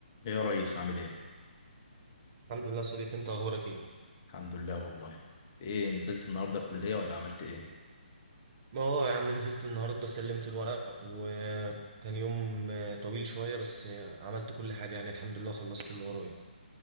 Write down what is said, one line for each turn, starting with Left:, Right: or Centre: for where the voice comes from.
Left: ايه يا ريس عامل ايه؟
Right: الحمد لله صديقي انت اخبارك ايه
Left: الحمد لله والله ايه نزلت النهارده الكلية ولا عملت ايه؟
Right: ما هو يا عم نزلت النهارده سلمت الورق وكان يوم آه، طويل شويه بس آه، عملت كل حاجه يعني الحمد لله خلصت اللي ورايا